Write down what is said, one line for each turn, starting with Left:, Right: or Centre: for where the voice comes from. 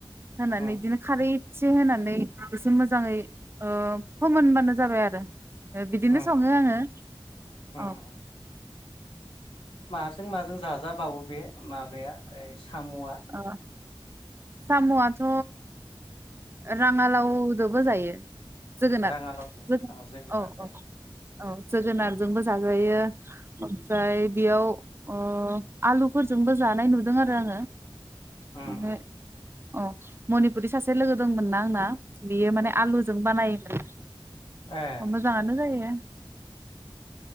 Right: होनानै
Left: उम
Right: बिदिनो खारै एसे होनानै एसे मोजाङै फोमोनबानो जाबाय आरो बिदिनो
Left: उम
Right: सङो आङो
Left: उम
Right: औ
Left: जों माजों जाजाबावो बे माबाया ओ सामआ
Right: ओ सामआथ राङालावदोबो जायो जोगोनार
Left: राङालावजों
Right: जोगोनार
Left: अ जोगोनारजों
Right: औ औ औ जोगोनार जोंबो जाजायो ओमफ्राय
Left: उम
Right: बेयाव अ आलुफोरजोंबो जानाय नुदों आरो आङो
Left: उम
Right: माने
Left: उम
Right: अ मनिपुरि सासे लोगो दंमोन ना आंना बेयो माने
Left: उम
Right: आलुजों
Left: उम
Right: बानायोमोन
Left: ए
Right: मोजाङानो
Left: ए
Right: जायो
Left: ए